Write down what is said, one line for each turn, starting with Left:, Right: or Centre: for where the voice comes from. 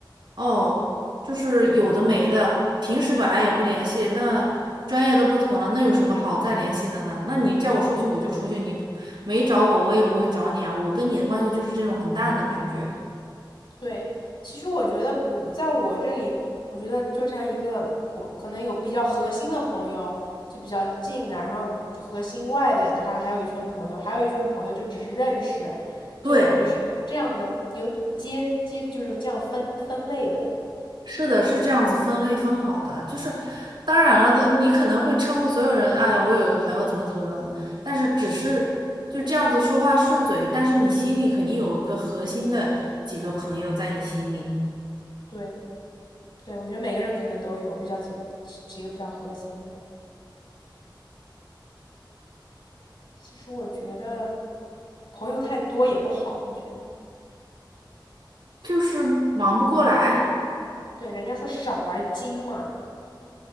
Right: 哦，就是有的没的，平时本来也不联系，那专业都不同了，那有什么好再联系的呢？那你叫我出去我就出去，你没找我我也不会找你啊，我跟你的关系就是这种很淡的感觉。
Left: 对，其实我觉得我在我这里，我觉得就像一个我可能有比较核心的朋友，就比较近的，然后核心外的，还还有一圈朋友，还有一圈朋友就只是认识，就感觉是有这样的，
Right: 对。
Left: 有接接就是这样分分类的。
Right: 是的，是这样子分类分好的，就是当然了，你可能会称呼所有人，哎呀，我有一个朋友怎么怎么的了，但是只是就这样子说话顺嘴，但是你心里肯定有个核心的几个朋友在你心里，
Left: 对对，我觉得每个人可能都有比较几个几个比较核心的。其实我觉得朋友太多也不好，我觉得
Right: 就是忙不过来，
Left: 对人家说少而精嘛，